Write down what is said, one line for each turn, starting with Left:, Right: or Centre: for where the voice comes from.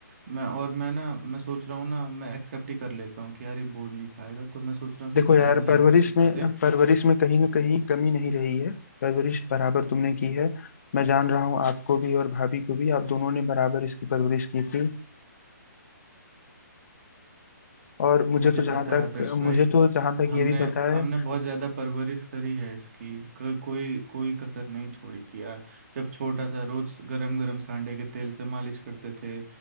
Right: मैं और मैं ना मैं सोच रहा हूँ ना मैं एक्सेप्ट ही कर लेता हूँ कि यार ये बोल नहीं पाएगा तो मैं सोच रहा हूँ
Left: देखो
Right: इसे साइन
Left: यार
Right: लैंग्वेज
Left: परवरिश
Right: सिखा
Left: में
Right: दें
Left: परवरिश में कहीं ना कहीं कमी नहीं रही है परवरिश बराबर तुमने की है मैं जान रहा हूँ आपको भी और भाभी को भी आप दोनों ने बराबर इसकी परवरिश की थी और मुझे
Right: मुझे
Left: तो जहां
Right: पता है
Left: तक
Right: आदर्श भाई
Left: मुझे तो जहां तक
Right: हमने
Left: ये भी पता
Right: हमने
Left: है
Right: बहुत ज़्यादा परवरिश करी है इसकी को, कोई कोई कसर नहीं छोड़ी थी यार जब छोटा था रोज़ गरम गरम सांडे के तेल से मालिश करते थे